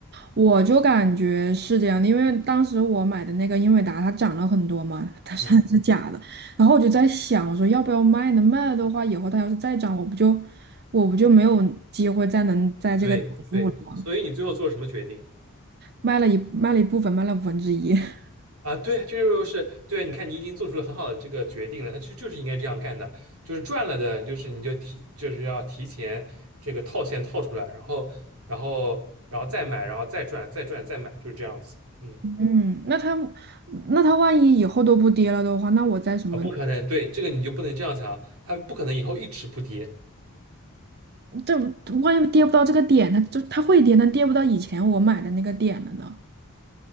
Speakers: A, on the right; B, on the right.
A: 我就感觉是这样的，因为当时我买的那个英伟达它涨了很多嘛，它虽然是假的，
B: 嗯，
A: 然后我就在想，我说要不要卖呢？卖了的话，以后它要是再涨，我不就我不就没有机会再能在这个顶住了吗？
B: 对对，所以你最后做了什么决定？
A: 卖了一卖了一部分，卖了五分之一。<laughs>
B: 啊，对，这就是对。你看，你已经做出了很好的这个决定了，他实就是应该这样干的，就是赚了的，就是你就提，就是要提前这个套现套出来，然后，然后，然后再买，然后再赚，再赚，再买，就是这样子。嗯，
A: 嗯，那他那他万一以后都不跌了的话，那我在什么？
B: 啊，不可能，对，这个你就不能这样想啊，它不可能以后一直不跌，
A: 这万一跌不到这个点，它就它会跌，但跌不到以前我买的那个点了呢？